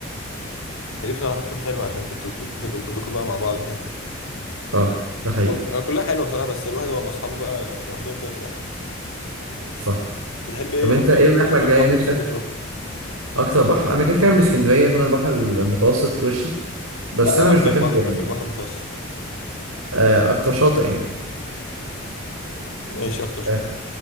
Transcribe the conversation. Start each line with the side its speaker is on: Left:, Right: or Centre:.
Left: هي دي بصراحه بتكون حلوه عشان كنتوا بت- بتبقوا كلكم بقى مع بعض وكده
Right: اه ده حقيقي
Left: وال- كلها حلوه بصراحه بس الواحد هو مع اصحابه بقى لوحدهم كده بتبقى احلى
Right: صح
Left: بتحب ايه
Right: طب انت
Left: اكتر
Right: ايه الرحله
Left: اكتر
Right: الجايه
Left: بحر
Right: نفسك
Left: بتحب تروح
Right: اكتر بحر انا كده كده من اسكندريه فانا البحر المتوسط في وشي بس
Left: لا
Right: انا مش
Left: اكتر
Right: بحبه
Left: بحر
Right: يعني
Left: في البحر المتوسط
Right: آه، اكتر شاطئ يعني
Left: ماشي اكتر شاطئ
Right: آه،